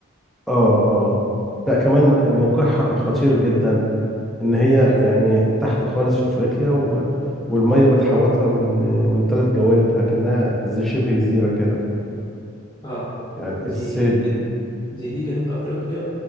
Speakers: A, in the centre; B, on the left.
A: اه اه لا كمان م- موقعها خطير جدا ان هي
B: مم.
A: يعني تحت خالص في افريقيا و... والميه بتحوطها من آه، من ثلاث جوانب اكنها زي شبه جزيره كده
B: اه
A: يعني
B: دي
A: الصيد
B: دي دي, دي جنوب افريقيا